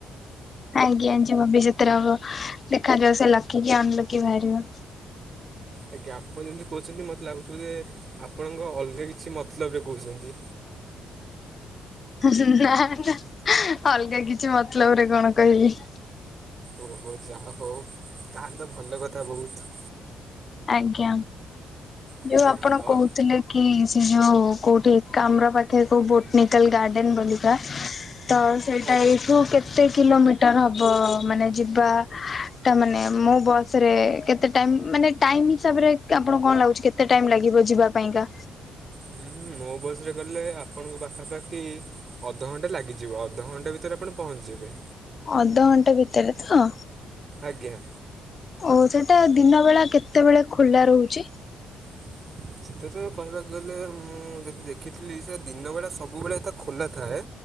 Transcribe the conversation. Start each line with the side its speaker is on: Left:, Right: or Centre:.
Left: ଆଜ୍ଞା ଯିଏ ଭବିଷ୍ୟତରେ ହବ ଦେଖାଯାଉ ସେ ଲକି କି ଅନଲକି ବାହାରିବ।
Right: ଆଜ୍ଞା ଆପଣ ଯେମିତି କହୁଛନ୍ତି ମୋତେ ଲାଗୁଛୁ ଯେ ଆପଣଙ୍କ ଅଲଗା କିଛି ମତଲବରେ କହୁଛନ୍ତି।
Left: ହୁଁ ହୁଁ ନା ନା ଅଲଗା କିଛି ମତଲବ ରେ କଣ କହିବି।
Right: ଓହୋ ଯାହା ହଉ ତାହେଲେ ତ ଭଲ କଥା ବହୁତ।
Left: ଆଜ୍ଞା
Right: ଆଜ୍ଞା
Left: ଯୋଉ ଆପଣ
Right: ଆଉ
Left: କହୁଥିଲେ
Right: ଆପ
Left: କି ସିଏ ଯୋଉ କୋଉଠି ଏକାମ୍ର ପାଖରେ କୋଉ ବୋଟନିକାଲ ଗାର୍ଡେନ ବୋଲିକା। ତ ସେଇଟା
Right: ଆ
Left: ଏଇଠୁ କେ କେତେ କିଲୋମିଟର ହବ? ମାନେ ଯିବା ଟା ମାନେ ମୋ ବସ ବସ ରେ କେତେ ଟାଇମ ମାନେ ଟାଇମ ହିସାବରେ ଆପଣ କଣ ଲାଗୁଛି କେତେ ଟାଇମ ଲାଗିବ ଯିବା ପାଇଁ କା?
Right: ଉଁ ହୁଁ ମୋ ବସରେ ଗଲେ ଆପଣଙ୍କୁ ପାଖାପାଖି। ଅଧ ଘଣ୍ଟେ ଲାଗିଯିବ ଅଧ ଘଣ୍ଟେ ଭିତରେ ଆପଣ ପହଞ୍ଚିଯିବେ।
Left: ଅଧଘଣ୍ଟା ଭିତରେ ତ?
Right: ଆଜ୍ଞା।
Left: ଆଉ ସେଟା ଦିନ ବେଳା କେତେବେଳେ ଖୋଲା ରହୁଛି?
Right: <inaudible> ସେଟା ତ କହିବାକୁ ଗଲେ ମୁଁ ଯଦି ଦେଖିଥିଲି ସେ ଦିନ ବେଳା ସବୁବେଳେ ତ ଖୋଲା ଥାଏ।